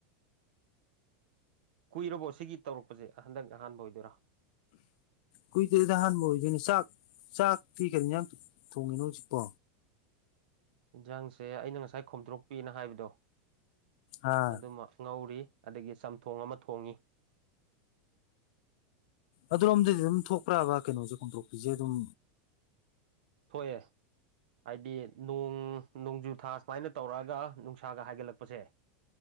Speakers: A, on the right (about 70°); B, on the left (about 55°).
A: ꯀꯨꯏꯔꯕꯣ ꯁꯤꯒꯤ ꯇꯧꯔꯛꯄꯁꯦ ꯍꯟꯗꯛ ꯑꯍꯥꯟꯕ ꯑꯣꯏꯗꯣꯏꯔꯥ
B: ꯀꯨꯏꯗꯣꯏꯗ ꯑꯍꯥꯟꯕ ꯑꯣꯏꯗꯣꯏꯅꯦ ꯆꯥꯛ ꯆꯥꯛꯇꯤ ꯀꯔꯤꯅ ꯊꯣꯡꯉꯤꯅꯣ ꯍꯧꯖꯤꯛꯄꯣ
A: ꯌꯦꯟꯁꯥꯡꯁꯦ ꯑꯩꯅ ꯉꯁꯥꯏ ꯈꯣꯝꯗꯣꯔꯣꯛꯄꯤꯅ ꯍꯥꯏꯕꯗꯣ
B: ꯑꯥ
A: ꯑꯗꯨꯃꯛ ꯉꯧꯔꯤ ꯑꯗꯒꯤ ꯆꯝꯊꯣꯡ ꯑꯃ ꯊꯣꯡꯏꯤ
B: ꯑꯗꯨꯔꯣꯝꯗꯗꯤ ꯑꯗꯨꯝ ꯊꯣꯛꯄ꯭ꯔꯕ ꯀꯩꯅꯣꯁꯦ ꯈꯣꯝꯊꯣꯛꯄꯤꯁꯦ ꯑꯗꯨꯝ
A: ꯊꯣꯛꯑꯦ ꯍꯥꯏꯗꯤ ꯅꯣꯡ ꯅꯣꯡꯖꯨ ꯊꯥ ꯁꯨꯃꯥꯏꯅ ꯇꯧꯔꯛꯑꯒ ꯅꯨꯡꯁꯥꯒ ꯍꯥꯏꯒꯠꯂꯛꯄꯁꯦ